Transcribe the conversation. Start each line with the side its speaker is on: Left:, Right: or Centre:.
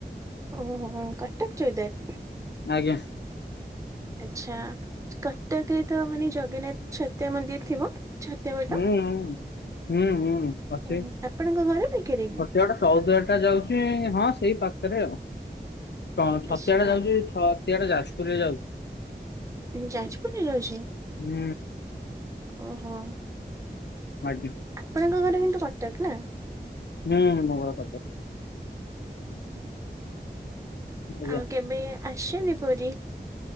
Right: ଓହୋ କଟକ ଚୋଇଦ୍ବାର।
Left: ଆଜ୍ଞା।
Right: ଆଛା କଟକରେ ତ ମାନେ ଜଗନ୍ନାଥ ଛତିଆ ମନ୍ଦିର ଥିବ। ଛତିଆ ବଟ।
Left: ହୁଁ ହଁ ହୁଁ ହୁଁ ଅଛି
Right: ହୁଁ ଆପଣଙ୍କ ଘର ପାଖରେ କି?
Left: ଖଟିଆଡ ଚଉଦ୍ୱାର ଟା ଯାଉଚି ହଁ ସେଇ ପାଖରେ ଆଉ ଆ ଛତିଆ
Right: ଆଚ୍ଛା
Left: ଟା ଯାଉଚି ଛଅ ଏତିଆଡେ ଯାପୁରରେ ଯାଉଚି।
Right: ଈ ଯାଜପୁରରେ ଯାଉଚି?
Left: ହୁଁ।
Right: ଓହୋ।
Left: ଆଜ୍ଞା।
Right: ଆପଣଙ୍କ ଘର କିନ୍ତୁ କଟକ ନା?
Left: ନାଇ ଆମ ଘର କଟକ।
Right: ଉ ହୁଁ
Left: ଆଜ୍ଞା
Right: ଆଉ କେବେ ଆସିଚନ୍ତି ପୁରୀ?